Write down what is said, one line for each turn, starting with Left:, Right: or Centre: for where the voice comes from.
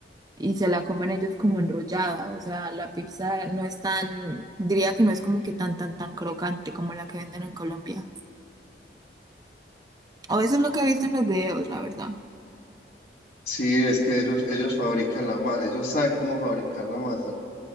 Right: Y se la comen ellos como enrollada, o sea, la pizza no es tan, diría que no es como que tan, tan, tan crocante como la que venden en Colombia. O eso es lo que he visto en los videos, la verdad.
Left: Sí, es que ellos, ellos fabrican la masa, ellos saben cómo fabricar la masa.